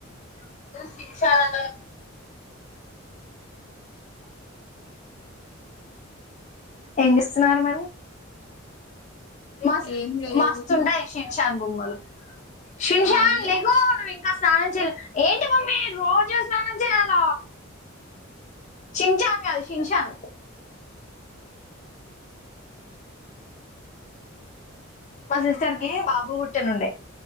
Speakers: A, on the left (about 35°); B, on the left (about 70°).
A: సిన్షా అ ఏమి ఇస్తున్నారు మరి మస్
B: ఏం లేదు
A: మస్తుండే యిషన్ షాన్ బొమ్మలు సిన్షన్
B: ఖాళీ
A: లేగు నువ్విన్ స్నానం చేయలే ఏంటి మమ్మీ రోజు స్నానం చేయల చించాను కాదు శింసాన్ మా సిస్టర్కి బాబు పుట్ పుట్టనుండే